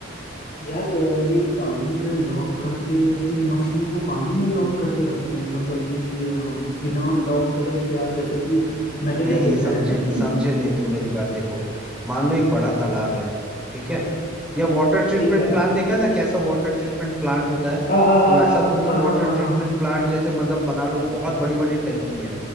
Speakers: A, on the left; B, in the centre.
A: यार ये पानी में लॉक करके इन मछलियों को पानी में लॉक करके रखते हैं मतलब कि अ, बिना लॉक करे क्या जैसे कि मैंने
B: नहीं
A: क्या देखा
B: समझे
A: है ना कि
B: समझे नहीं तुम मेरी बात देखो मान लो एक बड़ा तालाब है ठीक है या वाटर ट्रीटमेंट
A: ठीक है
B: प्लांट देखा है ना कैसा वाटर ट्रीटमेंट प्लांट होता है
A: हाँ हाँ हाँ
B: तो वैसा
A: हाँ
B: तुमने
A: हाँ
B: वाटर
A: हाँ हाँ
B: ट्रीटमेंट
A: हाँ
B: प्लांट जैसे मतलब बना लो बहुत बड़ी बड़ी टंकी है